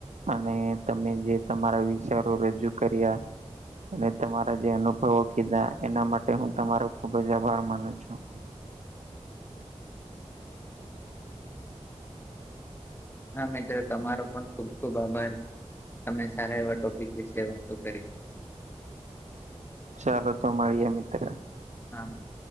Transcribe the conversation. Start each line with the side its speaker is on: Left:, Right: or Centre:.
Right: અને તમે જે તમારા વિચારો રજૂ કર્યા. અને તમારા જે અનુભવો કીધા એના માટે હું તમારો ખુબ જ આભાર માનું છું.
Left: હા મિત્રો તમારો પણ ખુબ ખુબ આભાર તમે સારા એવા ટોપિક વિશે વાતો કરી.
Right: ચાલો તો મળીયે મિત્ર.
Left: હામ